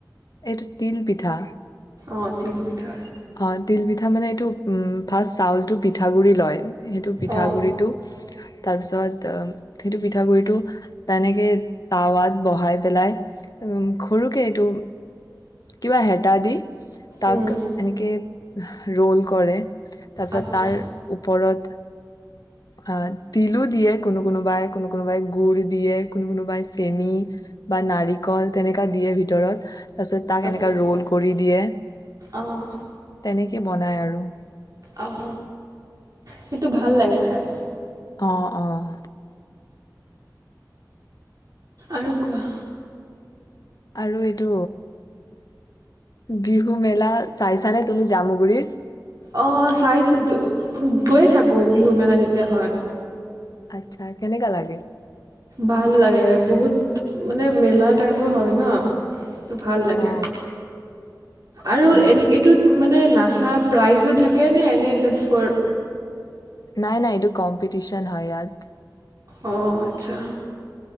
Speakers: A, on the left (about 60°); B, on the right (about 55°).
A: এইটো তিল পিঠা
B: অ তিল পিঠা
A: অ তিল পিঠা মানে এইটো উম ফাৰ্ষ্ট চাউলটো পিঠা গুৰি লয় সেইটো পিঠা
B: অঁ
A: গুৰিটো তাৰপিছত সেইটো পিঠাগুৰিটো তেনেকে তাৱাত বহাই পেলাই সৰুকে এইটো কিবা হেতা দি তাক
B: উম
A: এনেকে ৰোল কৰে। তাৰপিছত
B: আচ্ছা
A: তাৰ ওপৰত আহ তিলো দিয়ে কোনো কোনোবাই কোনো কোনোবাই গুড় দিয়ে কোনো কোনোবাই চেনি বা নাৰিকল তেনেকা দিয়ে ভিতৰত। তাৰ পিছত তাক
B: আচ্ছা
A: এনেকা ৰল কৰি দিয়ে।
B: অঁ
A: তেনেক বনায় আৰু
B: আহ সেইটো ভাল লাগে খাই।
A: অ' অ'
B: আৰু কোৱা
A: আৰু এইটো বিহু মেলা চাইছানে তুমি জামুগুৰিত।
B: অ' চাইছো তো গৈ থাকো। বিহু মেলা যেতিয়া হয়।
A: আচ্ছা কেনেকা লাগে।
B: ভাল লাগে। বহুত মানে মেলা টাইপৰ হয় ন। ভাল লাগে
A: অ
B: আৰু
A: অ
B: এ এইটোত মানে না ছা প্ৰাইজো থাকে নে? এনে জাষ্ট ফৰ
A: নাই নাই এইটো কম্পিটিচন হয় ইয়াত
B: অ', আচ্ছা